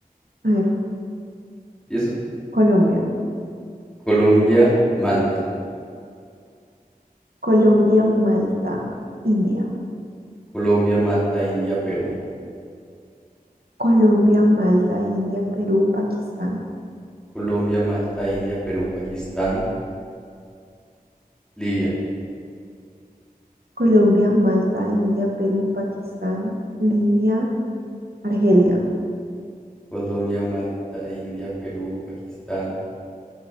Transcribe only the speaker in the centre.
Empiezo.
Colombia, Malta.
Colombia, Malta, India, Perú.
Colombia, Malta, India, Perú, Pakistán. Libia,
Colombia, Malta, India, Perú, Pakistán,